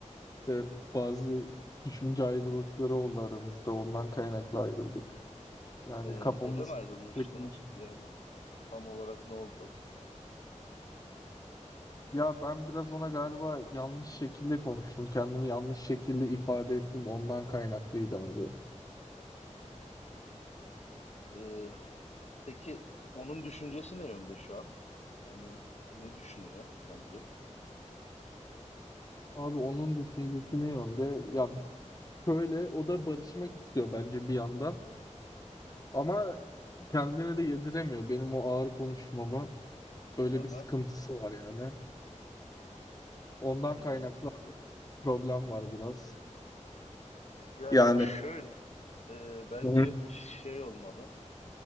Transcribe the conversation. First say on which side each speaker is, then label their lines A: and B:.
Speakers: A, on the left; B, on the left.
A: İşte bazı düşünce ayrılıkları oldu aramızda. Ondan kaynaklı
B: Aha.
A: ayrıldık. Yani
B: Ee,
A: kafamız
B: neden ayrılmıştınız
A: pek uyuşmuyor.
B: yani? Tam olarak ne oldu?
A: Ya ben biraz ona galiba yanlış şekilde konuştum. Kendimi yanlış şekilde ifade ettim. Ondan kaynaklıydı abi.
B: Hı hı. Ee, peki onun düşüncesi ne yönde şu an? Yani ne düşünüyor sence?
A: Abi onun düşüncesi ne yönde? Ya şöyle o da barışmak istiyor bence bir yandan. Ama kendine de yediremiyor benim o ağır konuşmama. Böyle
B: Aha,
A: bir sıkıntısı var yani. Ondan
B: anladım.
A: kaynaklı abi problem var biraz.
B: Ya
A: Yani
B: şöyle, e, bence
A: Hı hı.
B: şey olmalı.